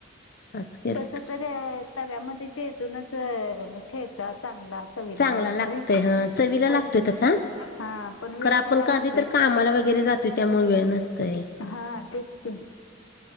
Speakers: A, on the left (about 50°); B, on the left (about 85°).
A: असं केलंत
B: तस तर तव्यामध्ये चे चुनच अ ठेचा चांगला चवीला
A: चांगला
B: लागतोय,
A: लागतय हा चवीला
B: पण
A: लागतोय तसा
B: हा, पण वेळ
A: खरं आपण
B: कुठे
A: कधी
B: असतोय,
A: तर कामाला वगैरे जातोय त्यामुळे वेळ नसतोय.
B: हा तेच की <inaudible>